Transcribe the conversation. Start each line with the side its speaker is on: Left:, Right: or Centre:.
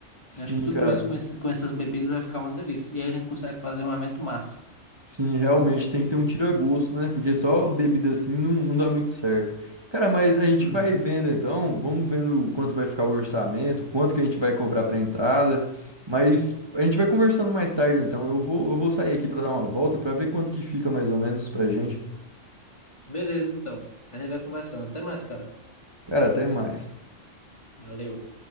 Right: sim,
Left: Eu acho que tudo
Right: cara.
Left: isso com, esse- com essas bebidas vai ficar uma delícia. E aí a gente consegue fazer um evento massa.
Right: Sim, realmente tem que ter um tira-gosto, né? Porque só bebida assim não, não dá muito certo. Cara, mas a gente
Left: Uhum.
Right: vai vendo então, vamos vendo o quanto vai ficar o orçamento, quanto que a gente vai cobrar pra entrada, mas a gente vai conversando mais tarde então. Eu vou, eu vou sair aqui pra dar uma volta pra ver quanto que fica mais ou menos pra gente.
Left: Beleza, então. A gente vai conversando. Até mais, cara.
Right: Cara, até mais.
Left: Valeu.